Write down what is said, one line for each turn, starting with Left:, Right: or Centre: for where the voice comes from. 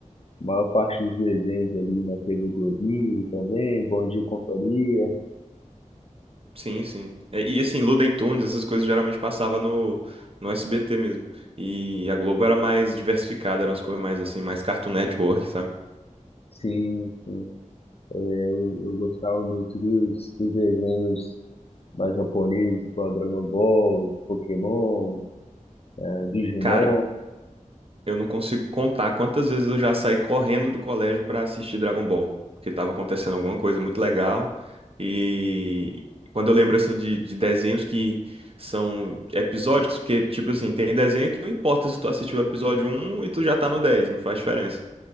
Left: maior parte dos desenhos ali na TV Globinho também, Bom Dia e Companhia,
Right: Sim, sim. E, e, assim, Looney Tunes, essas coisas geralmente passava no, no SBT mesmo. E a Globo era mais diversificada, eram as coisas mais assim, mais Cartoon Network, sabe?
Left: sim, é, eu, eu gostava muito dos, dos desenhos mais japoneses, igual Dragon Ball, Pokémon, eh, Digimon,
Right: Cara, eu não consigo contar quantas vezes eu já saí correndo do colégio pra assistir Dragon Ball, porque tava acontecendo alguma coisa muito legal. E quando eu lembro assim de, de desenhos que são episódicos, porque tipo assim, tem desenho que não importa se tu assistiu o episódio um e tu já tá no dez não faz diferença.